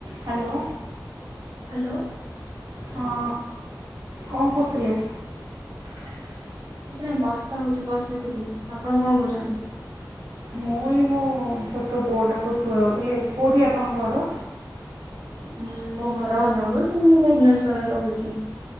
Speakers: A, on the right; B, on the right.
A: ହ୍ୟାଲୋ!
B: ହ୍ୟାଲୋ!
A: ହଁ କଣ କରୁଥିଲେ?
B: କିଛି ନାହିଁ ବର୍ଷା ହଉଛି, ବସଥିଲଥିଲି ଆପଣ କଣ କରୁଛନ୍ତି?
A: ମୁଇଁଇ ମୋ ଛୋଟ ପୁଅଟାକୁ ଶୁଆଉଥିଲି, କୋଉଠି ଆପଣଙ୍କ ଘର?
B: ହୁଁ ମୋ ଘର ଅନୁଗୁଳ କଣଲେ ମୁଁ ଭୁବନେଶ୍ଵରରେ ରହୁଛି।